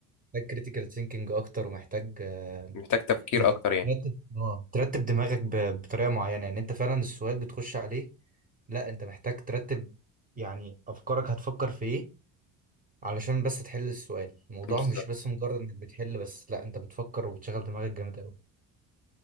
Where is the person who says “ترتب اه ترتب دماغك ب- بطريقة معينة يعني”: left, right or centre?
Right